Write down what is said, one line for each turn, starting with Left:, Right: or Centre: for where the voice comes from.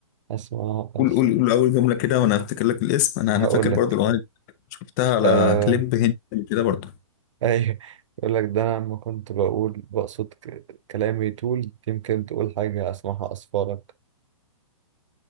Right: اسمعها اصفالك
Left: قول قول قول أول جملة كده وأنا هفتكر لك الاسم أنا أنا
Right: هقول
Left: فاكر
Right: لك
Left: برضو الأغنية دي شفتها على
Right: آه،
Left: كليب هندي كده برضو
Right: <laughs> ايوه يقول لك ده انا لما كنت بقول بقصد ك- كلامي طول يمكن تقول حاجة اسمعها اصفارك